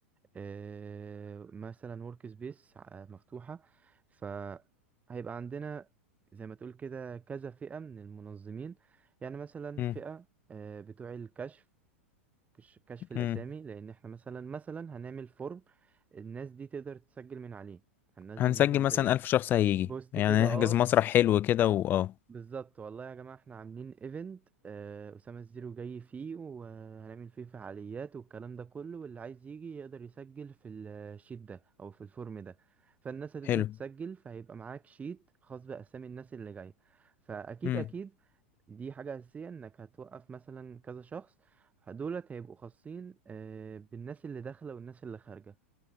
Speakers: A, on the right; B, on the left.
A: آه، مثلا ورك سبيس مفتوحة فهيبقى عندنا زي ما تقول كده كذا فئة من المنظمين يعني مثلا
B: مم.
A: فئة آه، بتوع الكشف كش- كشف الأسامي
B: مم.
A: لأن احنا مثلا مثلا هنعمل فورم الناس دي تقدر تسجل من عليه هننزل
B: هنسجل
A: مثلا
B: مثلا
A: زي
B: ألف شخص هيجي
A: بوست
B: يعني
A: كده اه
B: نحجز مسرح حلو كده واه
A: بالظبط والله يا جماعة احنا عاملين ايفنت آه أسامة الزيرو جاي فيه وهنعمل فيه فعاليات والكلام ده كله واللي عايز يجي يقدر يسجل في الشيت ده أو في الفورم ده فالناس هتبدأ
B: حلو
A: تسجل فهيبقى معاك شيت خاص بأسامي الناس اللي جاية فأكيد
B: مم.
A: أكيد دي حاجة أساسية إنك هتوقف مثلا كذا شخص دولت هيبقوا خاصين آه، بالناس اللي داخلة والناس اللي خارجة